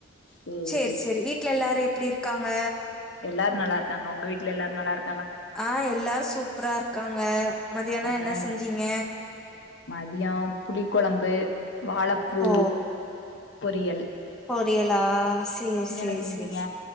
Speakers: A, on the left; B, in the centre.
A: சேரி
B: செரி செரி வீட்ல எல்லாரு எப் ப்டி இருக்காங்க
A: எல்லாரு நல்லா இருக்காங்க உங்க வீட்ல எல்லாரு நல்லாருக்
B: ஆ எல்லாரு சூப்பரா இருக்காங்க மதியானோ
A: அப்புற
B: என்ன செஞ்சீங்க
A: மதியோ புளி கொழம்பு வாழப்பூ
B: ஓ
A: பொரியல்
B: பொரியலா செரி
A: நீங்க
B: செரி
A: என்ன செஞ்சீங்க
B: செரி